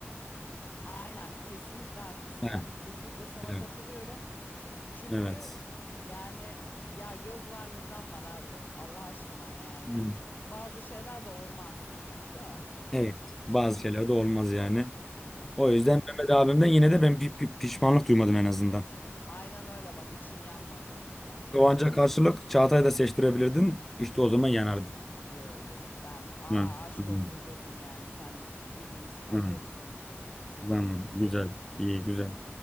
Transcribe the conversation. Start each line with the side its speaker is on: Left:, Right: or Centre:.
Left: Aynen kesinlikle haklısın
Centre: Heh,
Left: abi kesinlikle sana
Centre: evet.
Left: katılıyorum. Çünkü
Centre: Evet.
Left: yani ya göz var nizam var abi Allah aşkına yani
Centre: Hmm.
Left: bazı şeyler de olmaz değil mi?
Centre: Evet. Bazı şeyler de olmaz yani.
Left: Olmaz
Centre: O yüzden
Left: olmaz.
Centre: Mehmet abimden yine de ben bir pi- pişmanlık duymadım en azından.
Left: Aynen öyle bak için yanmadı değil mi?
Centre: Kıvanç'a karşılık Çağatay'ı da seçtirebilirdin. İşte o zaman yanardın.
Left: Yo yo ben aa
Centre: Hı.
Left: aşk
Centre: Hı.
Left: olsun gözüm yani sen birbirimizi tanıyoruz
Centre: Hı.
Left: sonuçta şurada
Centre: Tamam. Güzel.
Left: sıkıntı
Centre: İyi, güzel.
Left: yok.